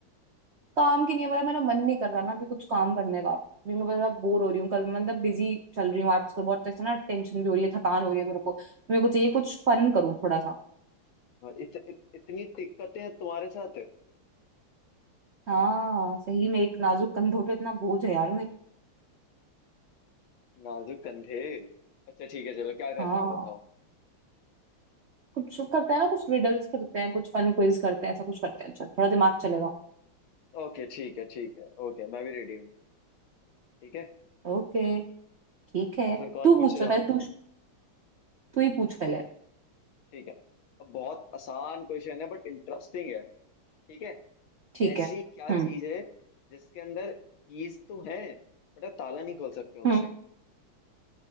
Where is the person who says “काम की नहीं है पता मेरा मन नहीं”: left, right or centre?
Right